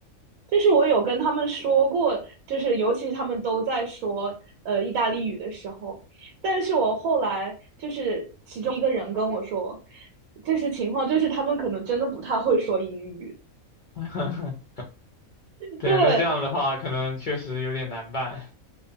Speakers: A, on the right (about 80°); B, on the left (about 65°).
A: 就是我有跟他们说过，就是尤其是他们都在说呃意大利语的时候，但是我后来就是其中一个人跟我说，就是情况就是他们可能真的不太会说英语，
B: <laughs> 对，
A: 对，
B: 那这样的话可能确实有点难办。